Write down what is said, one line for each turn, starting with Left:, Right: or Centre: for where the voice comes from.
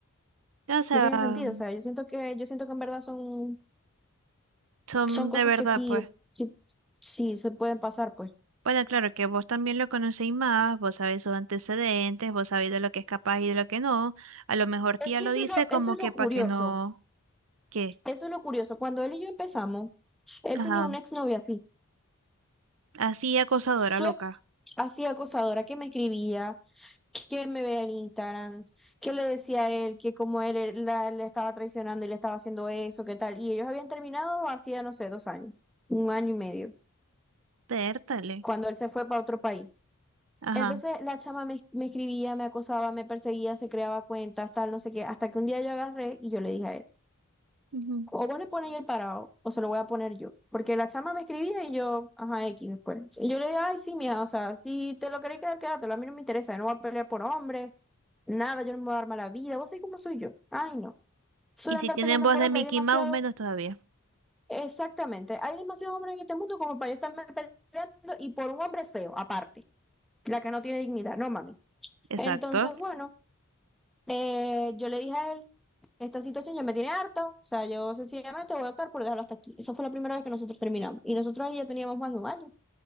Right: O sea,
Centre: no tiene sentido. O sea, yo siento que, yo siento que en verdad son,
Right: son
Centre: son cosas
Right: de verdad,
Centre: que sí,
Right: pues.
Centre: sí, sí se pueden pasar, pues.
Right: Bueno, claro que vos también lo conocéis más, vos sabés sus antecedentes, vos sabéis de lo que es capaz y de lo que no. A lo mejor
Centre: Es
Right: tía
Centre: que
Right: lo
Centre: eso
Right: dice
Centre: es lo,
Right: como
Centre: eso es
Right: que
Centre: lo curioso,
Right: para que no, ¿qué?
Centre: eso es lo curioso. Cuando él y yo empezamos, él
Right: Ajá,
Centre: tenía una exnovia así.
Right: así acosadora
Centre: Su
Right: loca.
Centre: ex así acosadora que me escribía que me vea en Instagram, que le decía a él que como él e- la, le estaba traicionando y le estaba haciendo eso, qué tal. Y ellos habían terminado hacía, no sé, dos años, un año y medio,
Right: Pértale.
Centre: cuando él se fue para otro país.
Right: Ajá.
Centre: Entonces la chama me, me escribía, me acosaba, me perseguía, se creaba cuentas, tal, no sé qué, hasta que un día yo agarré y yo le dije a él,
Right: ujú.
Centre: o vos le pones el parado, o se lo voy a poner yo. Porque la chama me escribía y yo, ajá, X después. Y yo le dije, ay, sí, mija, o sea, si te lo queréis quedar, quédatelo, a mí no me interesa, yo no voy a pelear por hombres Nada, yo no me voy a dar mala vida. ¿Vos sabés cómo soy yo? Ay, no. Soy
Right: Y
Centre: de
Right: si
Centre: andar
Right: tienen
Centre: peleando
Right: voz
Centre: por
Right: de
Centre: hombre.
Right: Mickey
Centre: Hay demasiado,
Right: Mouse, menos todavía.
Centre: exactamente, hay demasiados hombres en este mundo como para yo estarme peleando y por un hombre feo, aparte, la que no tiene dignidad, no mami.
Right: Exacto.
Centre: Entonces, bueno, eh, yo le dije a él, esta situación ya me tiene harta, o sea, yo sencillamente voy a optar por dejarlo hasta aquí. Esa fue la primera vez que nosotros terminamos y nosotros ahí ya teníamos más de un año.